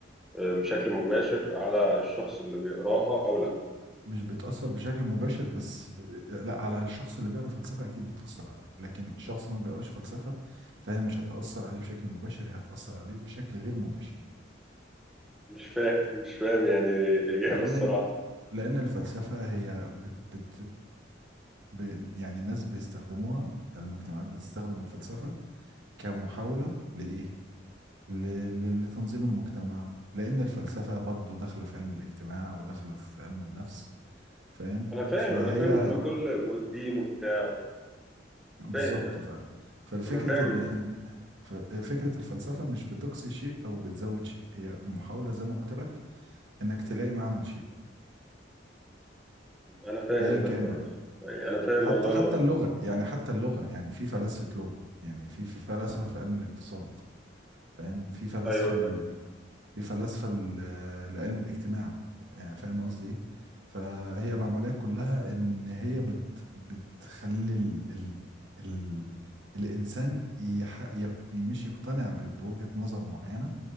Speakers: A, in the centre; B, on the right (about 75°).
A: بشكل مباشر على الشخص اللي بيقراها او لا
B: مش بتأثر بشكل مباشر بس ب... لا على الشخص اللي بيقرأ فلسفة أكيد بتأثر عليه لكن شخص ما بيقراش فلسفة فهي مش هتأثر عليه بشكل مباشر هي هتأثر عليه بشكل غير مباشر
A: مش فاهم مش فاهم يعني الإجابة
B: لأن
A: الصراحة
B: ال... لأن الفلسفة هي بت... بت... ب... يعني الناس بيستخدموها المجتمعات بتستخدم الفلسفة كمحاولة لإيه؟ ل... ل... لتنظيم المجتمع لأن الفلسفة برضو داخلة في علم الاجتماع وداخلة في علم النفس فاهم؟
A: أنا فاهم
B: فهي
A: أنا فاهم إن كل والدين وبتاع
B: بالظبط
A: فاهم يعني.
B: ف... فالفكرة
A: أنا فاهم
B: إن إن- ف- فكرة الفلسفة مش بتقصي شيء أو بتزود شيء هي محاولة زي ما قلت لك إنك تلاقي معنى لشيء
A: أنا فاهم
B: أيا كان
A: ده كويس
B: بقى
A: يعني أنا فاهم
B: حتى
A: والله
B: حتى
A: إنه
B: اللغة يعني حتى اللغة يعني في فلسفة لغة يعني في في فلسفة في علم الاقتصاد فاهم في فلسفة
A: أيوه فاهم
B: ل- في فلسفة ل- لعلم الاجتماع يعني فاهم قصدي إيه فهي العملية كلها إن هي بت بتخلي ال ال ال الإنسان يح يق مش يقتنع ب- بوجهة نظر معينة